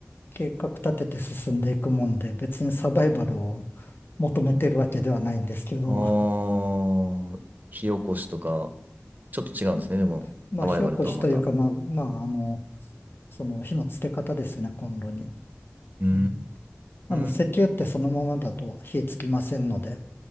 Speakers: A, on the left; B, on the right.
A: 計画立てて進んでいくもんで、別にサバイバルを求めてるわけではないんですけど、
B: あー、火起こしとか。ちょっと違うんですね。
A: えうんまあ、
B: でも、サバイバルとはまた。
A: 火起こしというか、まあ、まあ、あの、その火のつけ方ですね、コンロに。
B: うー
A: うん。あの、石油ってそのままだと火つきませんので、
B: ん。